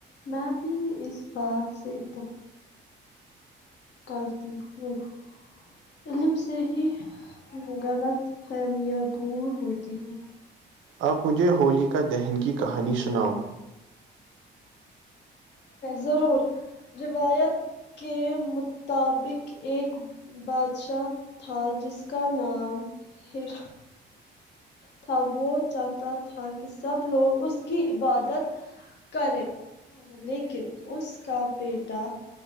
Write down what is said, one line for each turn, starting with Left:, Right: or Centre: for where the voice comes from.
Left: میں بھی اس بات سے ات کرتی ہوں علم سے ہی غلط فہمیاں دور ہوتی ہیں
Right: آپ مجھے ہولی کا دہن کی کہانی سناؤ
Left: ضرور روایت کے مطابق ایک بادشاہ تھا جس کا نام ہر تھا وہ چاہتا تھا کہ سب لوگ اس کی عبادت کریں لیکن اس کا بیٹا